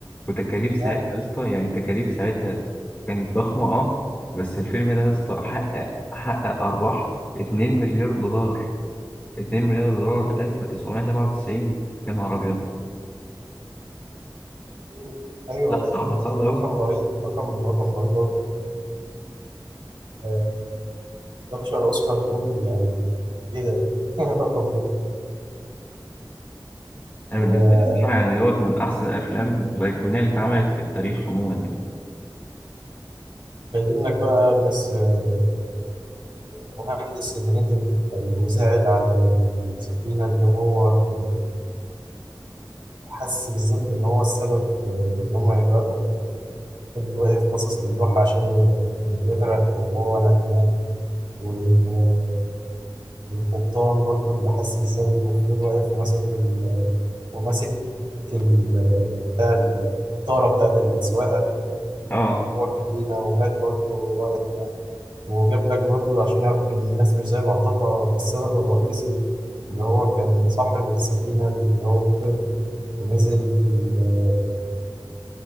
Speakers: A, on the left; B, on the right.
A: وتكاليف ساعتها
B: آه،
A: يا اسطى يعني التكاليف ساعتها كانت ضخمة اه بس الفيلم ده يا اسطى حقق حقق ارباح 2 مليار دولار 2 مليار دولار
B: مم،
A: 1997 يا نهار ابيض
B: مم، ايوه
A: لا صعبة صعبة قوي
B: رقم رهيب رقم رقم رهيب أوي. آه، 11 اوسكار دول يعني ايه ده <laughs> الرقم ده
A: انا
B: آه،
A: بالنسبه لي الصراحه يعني دوت من احسن الافلام الايقونيه اللي اتعملت في التاريخ عموما يعني
B: جايبين لك بقى الناس آه، المهندس اللي ندم يعني وزعل على السفينة اللي هو كان حس بالذنب إن هو السبب في في إن هم يغرقوا فضل واقف باصص للوحة عشان ي- يغرق وهو ندمان وال- والقبطان برضو اللي حس بالذنب وفضل واقف وماسك ال... وماسك ال... بتاع ال- الطارة بتاعت السواقة
A: اه
B: جوه الكابينة ومات برضه ورا دماغه وجاب لك برضه عشان يعرف إن الناس مش زي بعضها السبب الرئيسي اللي هو كان صاحب السفينة اللي هو ونزل في ال-